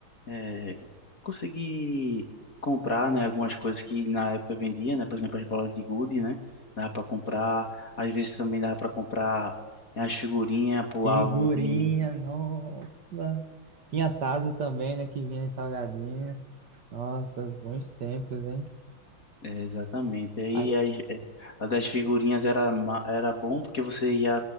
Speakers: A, on the left; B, on the right.
A: é, consegui comprar, né, algumas coisas que na época vendia, né, por exemplo, as bolas de gude, né, dava para comprar, às vezes também dava para comprar as figurinhas pro
B: Figurinha,
A: álbum de...
B: nossa. Tinha Tazo também, né? Que vinha em salgadinho. Nossa, bons tempos, hein?
A: É, exatamente, aí
B: A-
A: as, é, a das figurinhas era, ma- era bom porque você ia